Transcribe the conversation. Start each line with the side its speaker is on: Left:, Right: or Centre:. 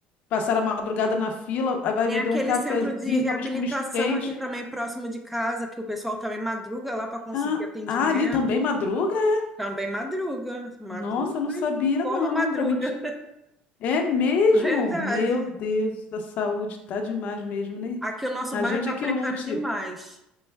Left: passaram a madrugada na fila, aí vai
Centre: Tem
Left: vender
Centre: aquele
Left: um cafezinho,
Centre: centro de reabilitação
Left: talvez com misto quente.
Centre: aqui também, próximo de casa, que o pessoal também madruga lá para conseguir
Left: Ah,
Centre: atendimento.
Left: ah, ali também madruga? é?
Centre: Também madruga, madruga,
Left: Nossa, não sabia
Centre: como
Left: não,
Centre: madruga.
Left: para mim É mesmo?
Centre: <laughs> Verdade.
Left: Meu Deus, a saúde tá demais mesmo, né?
Centre: Aqui o nosso
Left: A
Centre: bairro
Left: gente
Centre: está
Left: é que
Centre: precário
Left: lute.
Centre: demais.